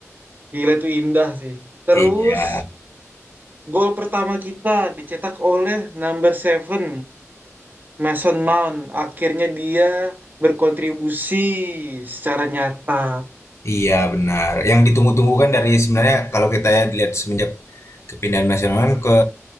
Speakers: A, on the right (about 40°); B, on the left (about 65°).
A: Gila itu indah sih. Terus,
B: Iya.
A: gol pertama kita dicetak oleh number seven, Mason Mount. Akhirnya dia berkontribusi secara nyata.
B: Iya benar. Yang ditunggu-tunggu kan dari sebenarnya kalau kita ya lihat semenjak kepindahan Mas Yonan ke